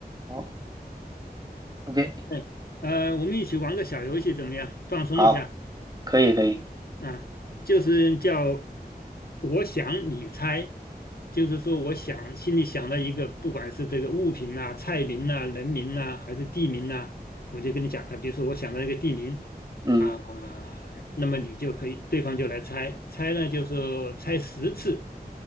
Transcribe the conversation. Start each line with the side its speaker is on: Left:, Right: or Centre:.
Right: 哦，OK，
Left: 哎，呃，我们一起玩个小游戏怎么样？放松一下。
Right: 好，可以可以，
Left: 啊，就是叫我想你猜，就是说我想心里想到一个，不管是这个物品呐、菜名呐、人名呐、还是地名呐、我就跟你讲啊，比如说我想到一个地名
Right: 嗯
Left: 啊，那么你就可以，对方就来猜，猜呢就是猜十次，